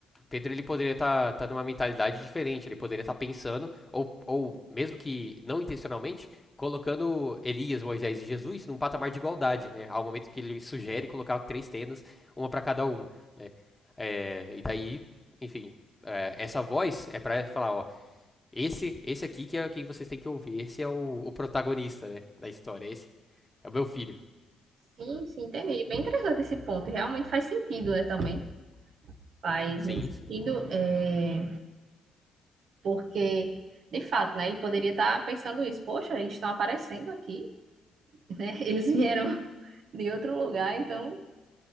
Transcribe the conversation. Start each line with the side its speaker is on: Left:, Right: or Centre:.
Left: Pedro ele poderia estar tá, tá numa mentalidade diferente, ele poderia estar pensando ou, ou mesmo que não intencionalmente colocando Elias, Moisés e Jesus num patamar de igualdade, né? Ao momento que ele sugere colocar três tendas, uma para cada uma, né? É, e daí, enfim, é, essa voz é para falar, ó, esse, esse aqui que é quem vocês têm que ouvir, esse é o, o protagonista, né, da história, esse é o meu filho,
Right: Sim, sim, entendi. Bem interessante esse ponto. Realmente faz sentido, né, também. Faz
Left: Sim,
Right: muito sentido,
Left: sim.
Right: é, porque, de fato, né, ele poderia estar pensando isso. Poxa, eles estão aparecendo aqui, né? <laughs> Eles vieram de outro lugar, então